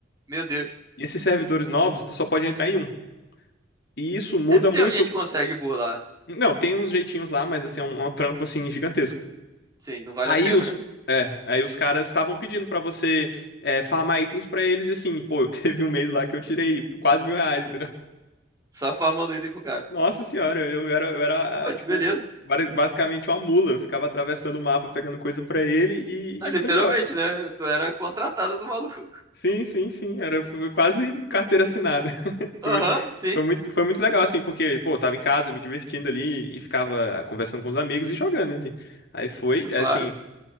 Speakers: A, on the right; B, on the left.
A: Meu Deus.
B: E esses servidores novos, tu só pode entrar em um. E isso muda
A: Sempre
B: muito.
A: tem alguém que consegue burlar.
B: Não, tem uns jeitinhos lá, mas assim, é um, é um trampo assim gigantesco.
A: Sim, não vale
B: Aí
A: a pena.
B: os,
A: <laughs>
B: aí os caras estavam pedindo pra você é, farmar itens pra eles, e assim, pô, <laughs> teve um mês lá que eu tirei quase mil reais,
A: Só farmando item pro cara.
B: Nossa senhora, eu, eu era, eu era,
A: Pô,
B: ah, tipo,
A: que beleza.
B: bari- basicamente uma mula. Eu ficava atravessando o mapa, pegando coisa pra ele e,
A: Ah,
B: e
A: literalmente,
B: foi embora.
A: né? Tu era contratado do maluco.
B: Sim, sim, sim. Era, foi quase carteira assinada. <laughs> Foi
A: Aham,
B: muito,
A: sim.
B: foi muito, foi muito legal, assim, porque, pô, eu tava em casa me divertindo ali e ficava conversando com os amigos e jogando ali. Aí foi, é,
A: Claro.
B: assim.